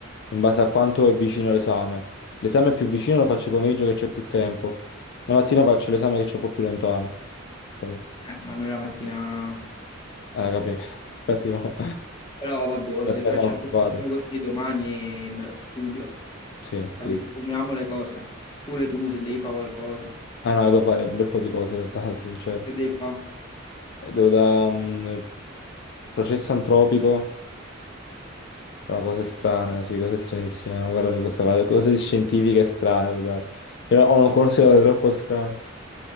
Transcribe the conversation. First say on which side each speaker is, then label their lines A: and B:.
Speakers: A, on the left (about 60°); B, on the left (about 20°).
A: in base a quanto è vicino l'esame. L'esame più vicino lo faccio il pomeriggio che c'è più tempo, la mattina faccio l'esame che c'è un po' più lontano. Capì?
B: Eh, ma noi la mattina,
A: Eh, capì? <laughs> Infatti, mo-
B: però vabbè,
A: perché
B: se facciamo,
A: siamo occupati.
B: se facciamo così domani me- studio,
A: Sì,
B: capito?
A: sì. sì,
B: Uniamo
A: sì.
B: le cose, pure tu se devi fare qualcosa,
A: Ah no, devo fare un bel po' di cose in realtà, <laughs> sono sincero.
B: che devi fare?
A: E Devo da mm, processo antropico. Però cose strane, sì, cose stranissime. No? Guardami questa parte, cose scientifiche strane. guarda. Io ho un corso di laurea troppo strano.